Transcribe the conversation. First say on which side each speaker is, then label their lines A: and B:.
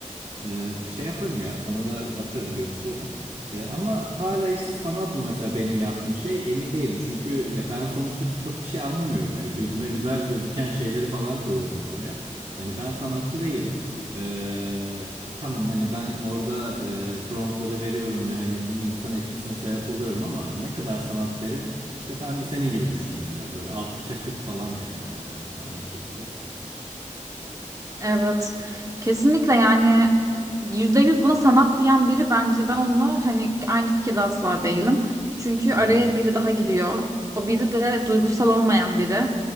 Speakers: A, on the right; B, on the right.
A: Ee, şey yaparım ya sana da atarım gösteririm. Ee, ama hala işte sanat mı mesela benim yaptığım şey emin değilim. Çünkü ya ben sonuçta çok bir şey anlamıyorum. Hani gözüme güzel gözüken şeyleri falan koyuyordum oraya. Hani ben sanatçı değilim. Ee, e, tamam hani ben orada e, promptları veriyorum ve hani bir insan etkisine sebep oluyorum ama ne kadar sanat derim işte ben de senin gibi düşünüyorum biraz böyle 60'a 40 falan derim herhalde ona aynı şekilde.
B: Evet. Kesinlikle yani yüzde yüz buna sanat diyen biri bence ben onunla hani aynı fikirde asla değilim. Çünkü
A: Hı
B: araya
A: hı.
B: biri daha giriyor. O biri de duygusal olmayan biri.